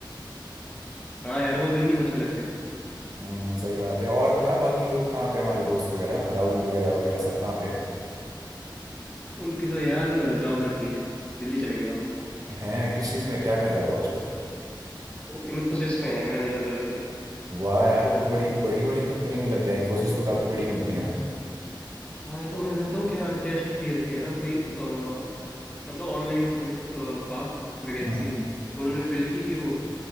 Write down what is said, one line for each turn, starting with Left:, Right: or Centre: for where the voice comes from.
Left: हाँ यार वो दिन ही कुछ अलग थे
Right: हम्म, सही बात है और बता बाकी लोग कहाँ पे हमारे दोस्त वगैरह राहुल वगैरह वगैरह सब कहाँ पे हैं
Left: उनकी तो यार जॉब लग गई है दिल्ली चले गए हैं वो
Right: हैं किस चीज़ में क्या कर रहा है वो आजकल
Left: वो इन्फोसिस में है मैनेजर लगे हैं।
Right: वाह यार वो तो बड़ी बड़ी बड़ी कंपनी में लग गया इन्फोसिस तो काफ़ी बड़ी कंपनी है ना
Left: हाँ यार उन्होंने बताऊँ क्या टेस्ट क्लियर किया था कोई अ, मतलब ऑनलाइन कुछ अ, था वैकेंसी
Right: हम्म
Left: तो उन्होंने फिल की थी वो